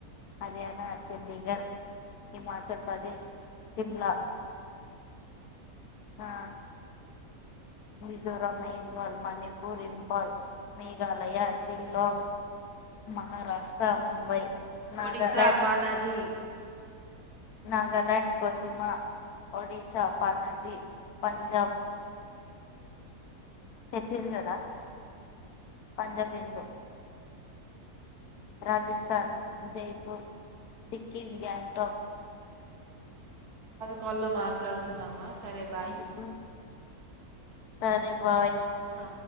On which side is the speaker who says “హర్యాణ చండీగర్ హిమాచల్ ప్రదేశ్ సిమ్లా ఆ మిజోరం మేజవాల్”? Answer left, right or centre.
Left